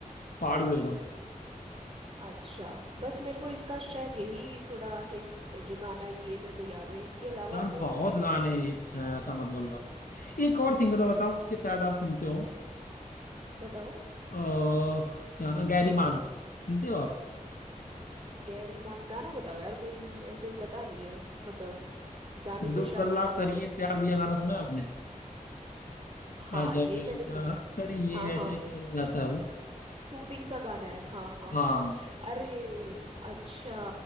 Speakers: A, on the left; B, on the right.
A: फाड़ हुए एकदम
B: अच्छा बस मेरे को इसका शायद यही थोड़ा हिट जो गाना है, ये मेरे को याद है इसके अलावा
A: यार
B: तो
A: बहुत गाने हिट हैं ऐसा मत बोलो आप एक और सिंगर मैं बताऊं उसके शायद आप सुनते हो
B: बताओ
A: अह क्या ना गैरी मान सुनते हो आप
B: गैरी मान गाना बताओ यार कोई ऐसे पता नहीं है मतलब गाने से
A: दो
B: शायद
A: गल्ला
B: याद
A: करिए
B: आ जाए
A: प्यार दिया गाना सुना है आपने
B: हाँ
A: आजा
B: ये
A: गल्ला
B: मैंने सुना है
A: करिए
B: हाँ हाँ
A: ऐसे ऐसे करके गाता है वो
B: सूदिंग सा गाना है हाँ हाँ
A: हाँ
B: अरे अच्छा